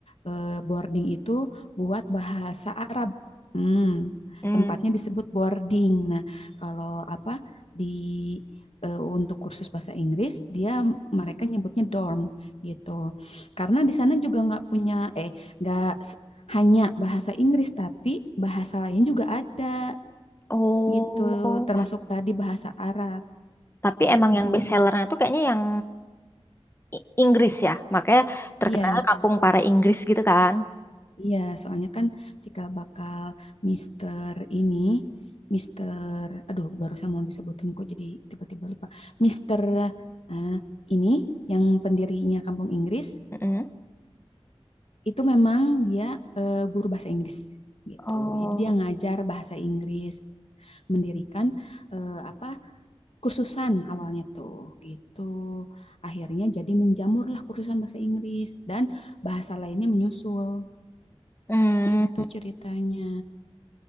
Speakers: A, on the left; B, on the left.
A: eh, boarding itu buat bahasa Arab. Hmm,
B: mm.
A: tempatnya disebut boarding. Nah, kalau apa di eh, untuk kursus bahasa Inggris dia mereka nyebutnya dorm gitu. Karena di sana juga nggak punya eh nggak hanya bahasa Inggris, tapi bahasa lain juga ada
B: Oh,
A: gitu, termasuk tadi bahasa Arab.
B: tapi emang
A: Hmm,
B: yang best sellernya tuh kayaknya yang I- Inggris ya, makanya terkenal
A: Iya,
B: kampung para Inggris gitu kan.
A: iya, soalnya kan jika bakal Mister ini, Mister, aduh, barusan mau disebutin kok jadi tiba-tiba lupa. Mister eh, ini yang pendirinya Kampung Inggris
B: Mm-mm.
A: itu memang dia eh, guru bahasa Inggris gitu,
B: Oh.
A: jadi dia ngajar bahasa Inggris mendirikan eh, apa kursusan awalnya tuh gitu. Akhirnya jadi menjamurlah kursusan bahasa Inggris dan bahasa lainnya menyusul
B: Hmm.
A: gitu ceritanya.